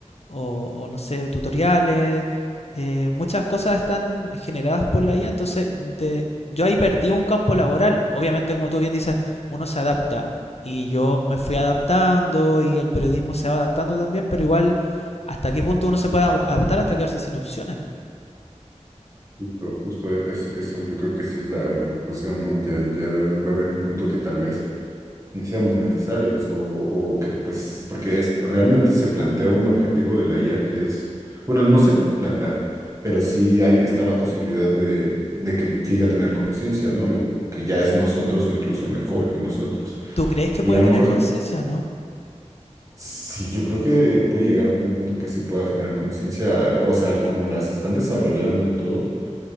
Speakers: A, on the left; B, on the right.
A: o, o no sé, tutoriales. eh, muchas cosas están generadas por la IA, entonces de, yo ahí perdí un campo laboral. Obviamente, como tú bien dices, uno se adapta y yo me fui adaptando y el periodismo se va adaptando también, pero igual, ¿hasta qué punto uno se puede adaptar hasta quedarse sin opciones?
B: Justo, justo es, es- eso yo creo que sí es la, la preocupación, ¿no? Ya, ya va a haber un punto que tal vez ni seamos necesarios o, o que pues, porque es- realmente se plantea un objetivo de la IA que es, bueno, no se plantea, pero sí hay, está la posibilidad de, de que llegue a tener conciencia, ¿no? Lo que ya es nosotros o incluso mejor que nosotros.
A: ¿Tú crees que
B: Y
A: puede
B: a lo
A: tener
B: mejor,
A: conciencia, no?
B: sí, yo creo que puede llegar a un punto en que sí pueda generar conciencia, o sea, el como las están desarrollando y todo.